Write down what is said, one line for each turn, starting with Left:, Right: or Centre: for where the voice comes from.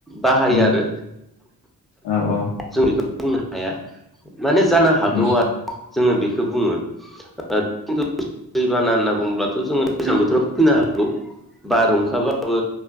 Centre: बाहायो
Left: उम
Centre: आरो
Left: औ औ
Centre: जों बेखौ बुंनो हाया माने जानो हागौ
Left: उम
Centre: आरो जोङो बेखौ बुङो। दैबाना होनना बुंब्लाथ' जोङो दैजां बोथोराव फैनो हागौ बारहुंखाबाबो